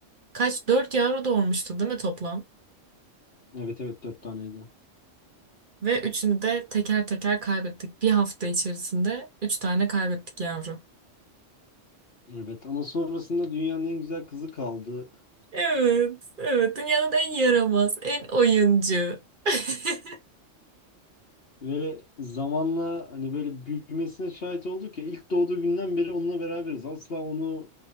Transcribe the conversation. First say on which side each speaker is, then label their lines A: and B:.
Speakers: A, on the right; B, on the left.
A: Kaç? Dört yavru doğurmuştu değil mi toplam?
B: Evet evet dört taneydi.
A: Ve üçünü de teker teker kaybettik. Bir hafta içerisinde üç tane kaybettik yavru.
B: Evet ama sonrasında dünyanın en güzel kızı kaldı.
A: Evet, evet. Dünyanın en yaramaz, en oyuncu. <laughs>
B: Ve zamanla hani böyle büyümesine şahit olduk ya ilk doğduğu günden beri onunla beraberiz. Asla onu